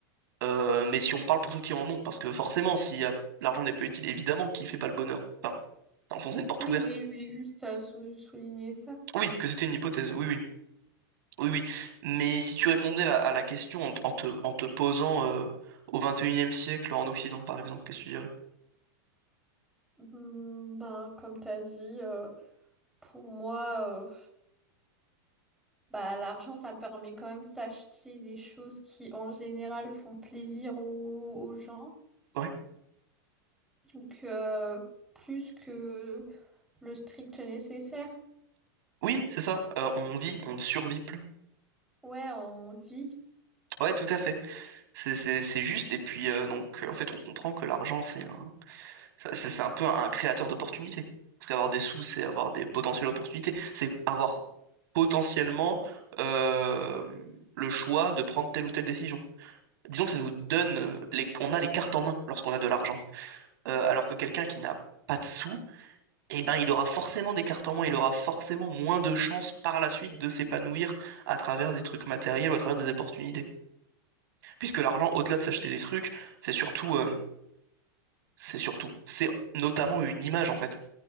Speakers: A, on the right (about 65°); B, in the centre.
A: Euh, mais si on parle pour ceux qui en ont, parce que forcément, si euh, l'argent n'est pas utile, évidemment qu'il fait pas le bonheur. Enfin, t'as enfoncé une porte
B: Oui,
A: ouverte.
B: mais je voulais juste euh, sou- souligner ça.
A: Oui, que c'était une hypothèse. Oui, oui. Oui, oui. Mais si tu répondais la- à la question en, en te, en te posant euh, au vingt et unième siècle en Occident, par exemple, qu'est-ce que tu dirais?
B: Hmm, bah comme t'as dit, euh, pour moi. euh, Bah, l'argent, ça permet quand même de s'acheter des choses qui, en général, font plaisir aux, aux gens.
A: Ouais.
B: Donc, euh, plus que le strict nécessaire.
A: Oui, c'est ça. Euh, on vit, on ne survit plus.
B: Ouais, on vit.
A: Ouais, tout à fait. C'est c'est- c'est juste. Et puis, euh, donc, euh, en fait, on comprend que l'argent, c'est un, ça- c'est c'est un peu un créateur d'opportunités. Parce qu'avoir des sous, c'est avoir des potentielles opportunités. C'est avoir potentiellement euh, le choix de prendre telle ou telle décision. disons que ça nous donne, euh, les, on a les cartes en main lorsqu'on a de l'argent. Euh, alors que quelqu'un qui n'a pas de sous, eh ben, il aura forcément des cartes en main, il aura forcément moins de chances par la suite de s'épanouir à travers des trucs matériels ou à travers des opportunités. Puisque l'argent, au-delà de s'acheter des trucs, c'est surtout, euh, c'est surtout, c'est notamment une image en fait.